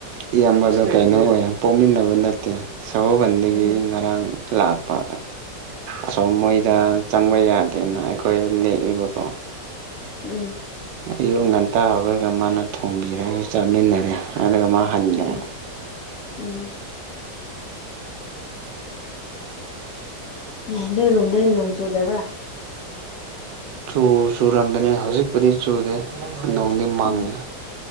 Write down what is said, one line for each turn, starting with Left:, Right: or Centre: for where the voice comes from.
Right: ꯏꯌꯥꯝꯕꯗꯣ ꯀꯩꯅꯣ ꯑꯣꯏꯌꯦ ꯄꯣꯛꯃꯤꯟꯅꯕ ꯅꯠꯇꯦ ꯁꯒꯣꯜꯕꯟꯗꯒꯤ
Left: ꯎꯝ
Right: ꯉꯔꯥꯡ ꯂꯥꯛꯄ ꯑꯁꯣꯝ ꯃꯣꯏꯗ ꯆꯪꯕ ꯌꯥꯗꯦꯅ ꯑꯩꯈꯣꯏꯗ ꯂꯦꯛꯏꯕꯀꯣ
Left: ꯎꯝ
Right: ꯑꯌꯨꯛ ꯉꯟꯇꯥ ꯍꯧꯒꯠꯂ ꯃꯥꯅ ꯊꯣꯡꯕꯤꯔꯒ ꯆꯥꯃꯤꯟꯅꯔꯦ ꯑꯗꯨꯒ ꯃꯥ ꯍꯟꯒꯔꯦ
Left: ꯎꯝ ꯎꯝ ꯑꯦ ꯅꯣꯏꯔꯣꯝꯗ ꯅꯣꯡ ꯆꯨꯗꯕ꯭ꯔꯥ
Right: ꯆꯨ ꯆꯨꯔꯝꯕꯅꯦ ꯍꯧꯖꯤꯛꯄꯨꯗꯤ ꯆꯨꯗꯦ ꯅꯣꯡꯗꯤ ꯃꯪꯉꯦ
Left: ꯎꯝ